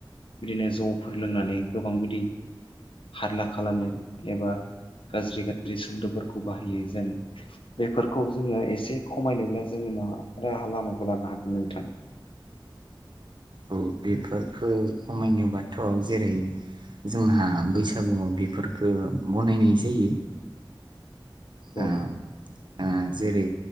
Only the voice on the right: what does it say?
औ बेफोरखौ खमायनोबाथ जेरै जोंहा बैसागुआव बेफोरखौ बनायनाय जायो आ
आ जेरै